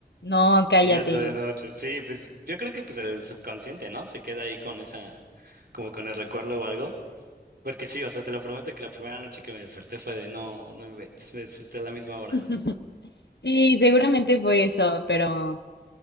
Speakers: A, on the left (about 80°); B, on the right (about 60°).
A: No, cállate.
B: Y ya soy de noche. Sí, pues yo creo que pues el subconsciente, ¿no? Se queda ahí con esa, como con el recuerdo o algo. Porque sí, o sea, te lo prometo que la primera noche que me desperté fue de no, no inventes, me desperté a la misma hora.
A: <laughs> Sí, seguramente fue eso, pero...